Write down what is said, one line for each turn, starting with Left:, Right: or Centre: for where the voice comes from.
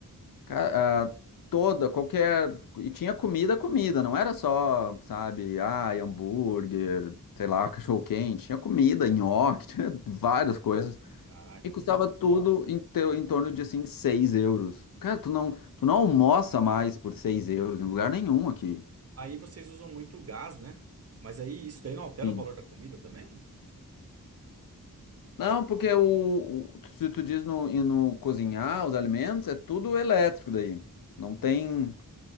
Left: cara, ah, toda, qualquer. E tinha comida, comida, não era só, sabe, ah, hambúrguer, sei lá, <laughs> cachorro-quente. Tinha comida, nhoque, <laughs> tinha várias coisas.
Right: caraca,
Left: E
Right: que
Left: custava
Right: da hora.
Left: tudo em, teu- em torno de, assim, 6 euros. Cara, tu não, tu não almoça mais por 6 euros em lugar nenhum aqui.
Right: Aí vocês usam muito gás, né? Mas aí isso daí não altera
Left: Sim.
Right: o valor da comida também?
Left: Não, porque o, o- se tu diz no, e no cozinhar os alimentos, é tudo elétrico daí. Não tem.